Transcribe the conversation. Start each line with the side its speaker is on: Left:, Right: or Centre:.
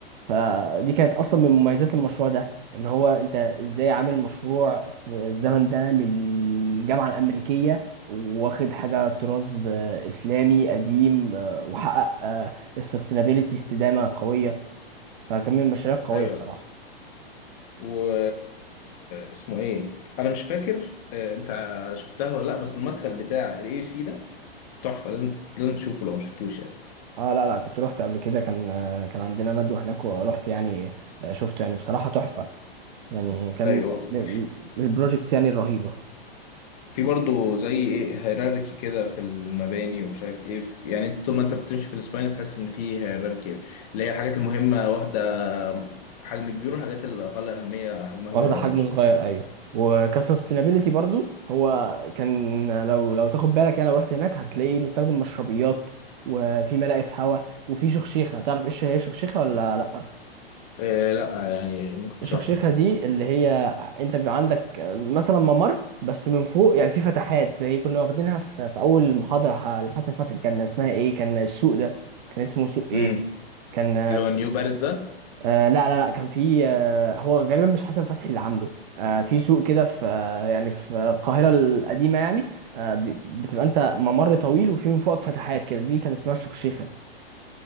Right: فدي كانت اصلا من مميزات المشروع ده ان هو انت ازاي عامل مشروع في الزمن ده للجامعه الامريكيه واخد حاجه طراز آه، اسلامي قديم وحقق السستينابيلتي استدامه قويه فكان من المشاريع القويه
Left: ايوه
Right: بصراحه
Left: و اسمه ايه انا مش فاكر آه، انت شفتها ولا لا بس المدخل بتاع الاي سي ده تحفه لازم لازم تشوفه لو ما شفتوش يعني
Right: اه لا لا كنت رحت قبل كده كان آه، كان عندنا ندوه هناك ورحت يعني آه، شفته يعني بصراحه تحفه يعني كان
Left: ايوه
Right: من
Left: في
Right: من البروجكتس يعني الرهيبه
Left: في برضه زي ايه هيراركي كده في المباني ومش عارف ايه في يعني انت طول ما انت بتمشي في الاسباين تحس ان في هيراركي اللي هي الحاجات المهمه واخده حجم كبير والحاجات الاقل اهميه حجمها
Right: واخده
Left: بيبقى
Right: حجم
Left: اصغر شويه
Right: صغير ايوه وكسستينابيلتي برضو هو كان لو لو تاخد بالك يعني لو رحت هناك هتلاقيه بيستخدم مشربيات وفي ملاقف هواء وفي شخشيخه تعرف ايش هي الشخشيخه ولا لا
Left: إيه لا يعني ممكن تشرح
Right: الشخشيخة
Left: لي
Right: دي اللي هي انت بيبقى عندك مثلا ممر بس من فوق يعني في فتحات زي كنا واخدينها في, في اول محاضرة لحسن فتحي كان اسمها ايه كان السوق ده كان اسمه سوق ايه
Left: امم
Right: كان
Left: اللي هو نيو باريس ده
Right: آه لا لا لا كان في آه هو غالبا مش حسن فتحي اللي عامله آه في سوق كده في آه يعني في القاهرة القديمة يعني آه ب- بتبقى انت ممر طويل وفي من فوقك فتحات كده دي كان اسمها الشخشيخة